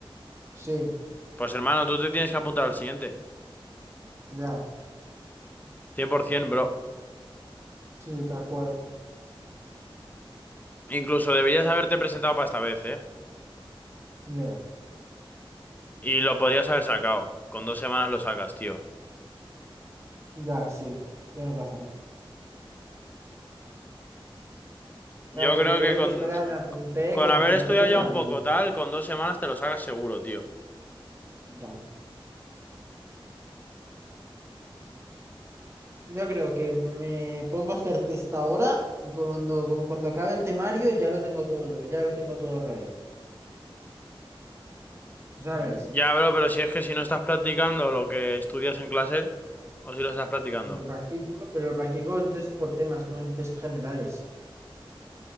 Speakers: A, on the right (about 30°); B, on the left (about 20°).
A: Sí,
B: Pues hermano, tú te tienes que apuntar al siguiente.
A: ya.
B: 100%, bro.
A: Sí, tal cual.
B: Incluso deberías haberte presentado para esta vez, ¿eh?
A: Ya,
B: Y lo podrías haber sacado. Con dos semanas lo sacas, tío.
A: ya, sí. Tienes razón. Claro,
B: Yo
A: porque
B: creo
A: yo
B: que
A: a la autoescuela
B: con,
A: me apunté
B: con
A: como
B: haber
A: a principios
B: estudiado ya
A: de abril.
B: un poco tal, con dos semanas te lo sacas seguro, tío.
A: Ya. Yo creo que me pongo a hacer testadora y cuando, como cuando acabe el temario ya lo tengo todo, ya lo tengo todo ready, ¿sabes?
B: Ya, bro, pero si es que si no estás practicando lo que estudias en clase, o si lo estás practicando.
A: Lo practico, pero lo practico en test por temas, no en test generales.